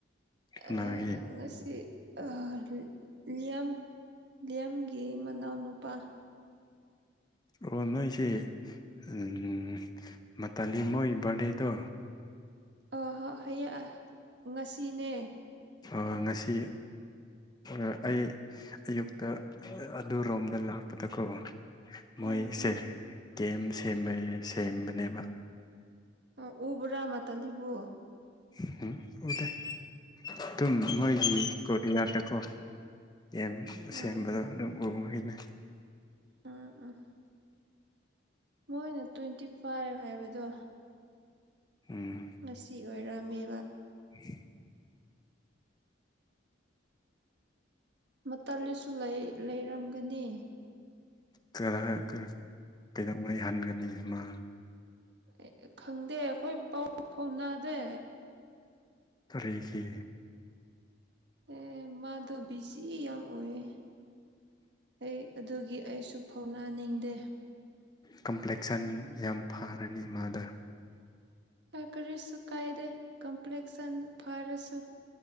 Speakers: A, on the left; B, on the right.
A: ꯀꯅꯥꯒꯤ
B: ꯑꯦ ꯑꯦ ꯉꯁꯤ ꯑꯍ ꯂꯤꯌꯝ ꯂꯤꯌꯝꯒꯤ ꯃꯅꯥꯎꯅꯨꯄꯥ
A: ꯑꯣ ꯅꯣꯏꯁꯦ ꯎꯝ ꯃꯇꯥꯂꯤ ꯃꯣꯏ ꯕꯥꯔꯗꯦꯗꯣ
B: ꯑ ꯥ ꯍꯥ ꯍꯌꯦ ꯑꯥ ꯉꯁꯤꯅꯦ
A: ꯑꯥ ꯉꯁꯤ ꯑꯥ ꯑꯩ ꯑꯌꯨꯛꯇ ꯑꯗꯨꯔꯣꯝꯗ ꯂꯥꯛꯄꯗꯀꯣ ꯃꯣꯏꯁꯦ
B: ꯎꯝ
A: ꯀꯦꯝ ꯁꯦꯝꯕꯩ ꯁꯦꯝꯕꯅꯦꯕ
B: ꯑꯥ ꯎꯕ꯭ꯔꯥ ꯃꯇꯂꯤꯕꯨ
A: ꯎ ꯎꯗꯦ ꯑꯗꯨꯝ ꯃꯣꯏꯒꯤ ꯀꯣꯠꯌꯥꯔꯗꯀꯣ ꯑꯦꯝ
B: ꯑꯥ
A: ꯁꯦꯝꯕꯗꯣ ꯑꯗꯨꯝ ꯎꯔꯤꯅꯦ
B: ꯎꯝ ꯎꯝ ꯃꯣꯏꯅ ꯇ꯭ꯋꯦꯟꯇꯤ ꯐꯥꯏꯐ ꯍꯥꯏꯕꯗꯣ
A: ꯎꯝ
B: ꯉꯁꯤ ꯑꯣꯏꯔꯝꯃꯦꯕ
A: <inaudible>
B: ꯃꯇꯜꯂꯤꯁꯨ ꯂꯩ ꯂꯩꯔꯝꯒꯅꯤ
A: ꯀꯔꯥ ꯀ ꯀꯩꯗꯧꯉꯩ ꯍꯟꯒꯅꯤ ꯃꯥ
B: ꯑꯦ ꯑꯦ ꯈꯪꯗꯦ ꯑꯈꯣꯏ ꯄꯥꯎ ꯐꯥꯎ ꯅꯥꯗꯦ
A: ꯀꯔꯤꯒꯤ
B: ꯑꯦ ꯃꯥꯗꯣ ꯕꯤꯖꯤ ꯌꯥꯝ ꯑꯣꯏꯌꯦ ꯑꯩ ꯑꯗꯨꯒꯤ ꯑꯩꯁꯨ ꯐꯥꯎꯅꯥꯅꯤꯡꯗꯦ
A: ꯀꯝꯄ꯭ꯂꯦꯛꯁꯟ ꯌꯥꯝ ꯐꯔꯅꯤ ꯃꯥꯗ
B: ꯍꯣꯏ ꯀꯔꯤꯁꯨꯨ ꯀꯥꯏꯗꯦ ꯀꯝꯄ꯭ꯂꯦꯛꯁꯟ ꯐꯥꯔꯁꯨ